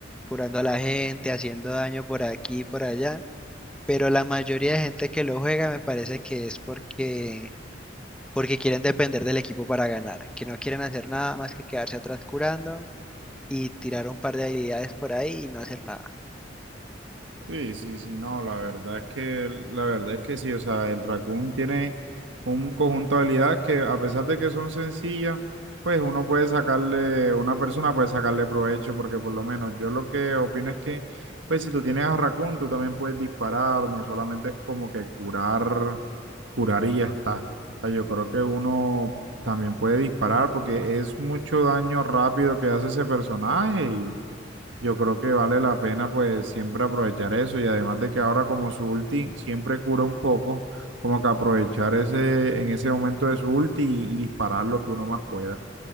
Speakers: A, in the centre; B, on the right (about 85°).
A: curando a la gente, haciendo daño por aquí y por allá, pero la mayoría de gente que lo juega me parece que es porque, porque quieren depender del equipo para ganar, que no quieren hacer nada más que quedarse atrás curando y tirar un par de habilidades por ahí y no hacer nada.
B: Sí, sí, sí. No, la verdad es que, la verdad es que sí, o sea, el Raccoon tiene un conjunto de habilidades que a pesar de que son sencillas, pues uno puede sacarle, una persona puede sacarle provecho, porque por lo menos yo lo que opino es que, pues si tú tienes a Raccoon, tú también puedes disparar, no solamente es como que curar curar y ya está. O sea, yo creo que uno también puede disparar porque es mucho daño rápido que hace ese personaje y yo creo que vale la pena pues siempre aprovechar eso y además de que ahora como su ulti siempre cura un poco, como que aprovechar ese en ese momento de su ulti y, y disparar lo que uno más pueda.